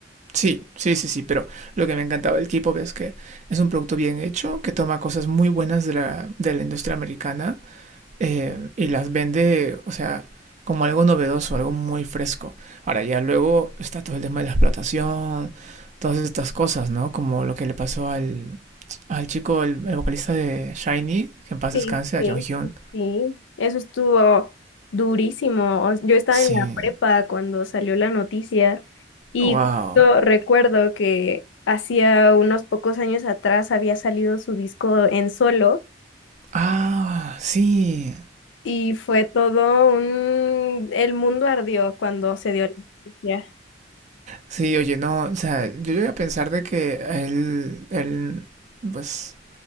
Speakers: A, on the right; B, on the left.
A: Sí, sí, sí, sí, pero lo que me encantaba del K-pop es que es un producto bien hecho, que toma cosas muy buenas de la, de la industria americana eh, y las vende, o sea, como algo novedoso, algo muy fresco. Ahora ya luego está todo el tema de la explotación, todas estas cosas, ¿no? Como lo que le pasó al, al chico, el, vocalista de Shiny, que en paz
B: Sí,
A: descanse,
B: sí,
A: a Jonghyun.
B: sí, sí. Eso estuvo durísimo. O- Yo estaba
A: Sí,
B: en la prepa cuando salió la noticia y
A: wow.
B: justo recuerdo que hacía unos pocos años atrás había salido su disco en solo
A: Ah, sí,
B: y fue todo un... El mundo ardió cuando se dio la noticia.
A: Sí, oye, no, o sea, yo llegué a pensar de que él, él, pues,